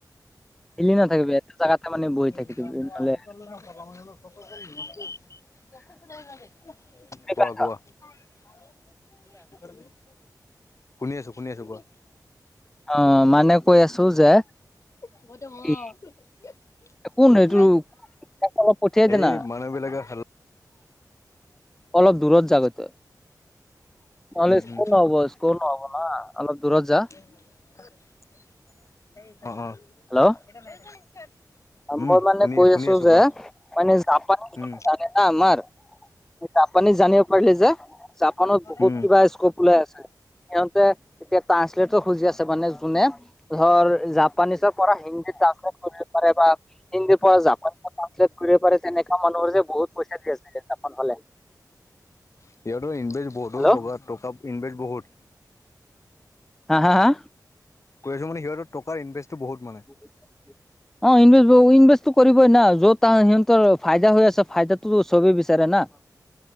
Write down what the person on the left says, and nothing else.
<unintelligible>
কোৱা কোৱা। শুনি আছো
শুনি আছো, কোৱা।
<inaudible>
এই
মানুহ বিলাকে হাল্লা
উম
উম
<inaudible>
শুনি
শুনি
কোৱা
উম
উম
সিহতেও ইনভেষ্ট বহুতো
টকা টকা ইনভেষ্ট বহুত।
কৈ আছো মানে সিহঁতৰ টকাৰ ইনভেষ্ট বহুত মানে।